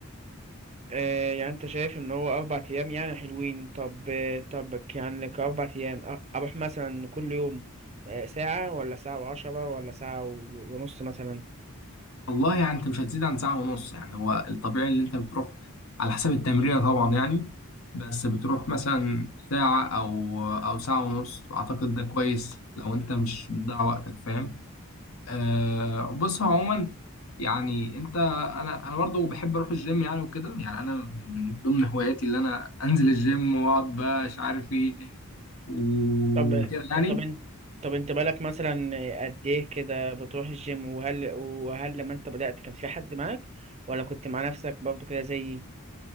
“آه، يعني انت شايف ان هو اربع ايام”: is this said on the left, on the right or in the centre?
Right